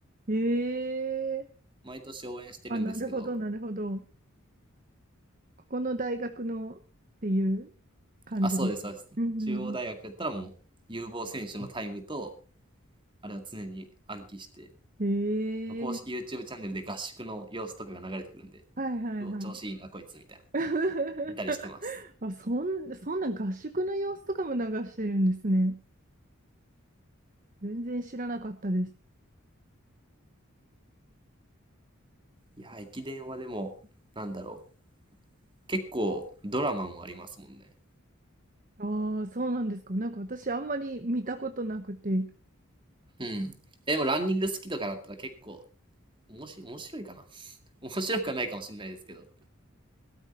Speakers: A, on the right; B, on the right.
A: い。ええー
B: 毎年応援してるんですけど、
A: あ、なるほど、なるほど。ここの大学のっていう感じで。
B: あ、そうです、そうです。
A: うんうん。
B: 中央大学やったらもう、有望選手のタイムと、あれを常に暗記して、
A: ええ
B: 公式 YouTube チャンネルで合宿の様子とかが流れてくるんで、
A: はいはいはい。
B: うお、調子いいな、こいつ、みたい
A: <laughs>
B: な。いたりしてます。
A: あ、そん、そんな合宿の様子とかも流してるんですね。全然知らなかったです。
B: いや、駅伝はでも、なんだろう。結構ドラマもありますもんね。
A: ああ、そうなんですか。なんか私あんまり見たことなくて。
B: うん。でもランニング好きとかだったら結構、おもし面白いかな。<laughs> 面白くはないかもしれないですけど。